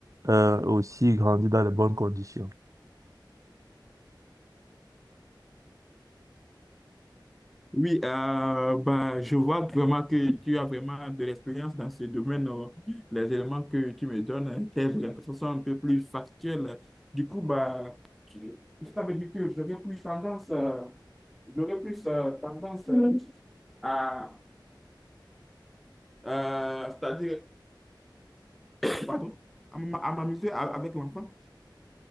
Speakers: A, on the right; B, in the centre.
A: euh, aussi grandir dans les bonnes conditions.
B: Oui, euh, bah, je vois vraiment que tu as vraiment de l'expérience dans ce domaine. euh, Les éléments que tu me donnes, euh, tes orientations sont un peu plus factuelles. Du coup, bah, tu- ça veut dire que j'aurais plus tendance, euh, j'aurais plus euh, tendance euh, à, euh, c'est-à-dire, <coughs> pardon, à m- à m'amuser a- avec l'enfant.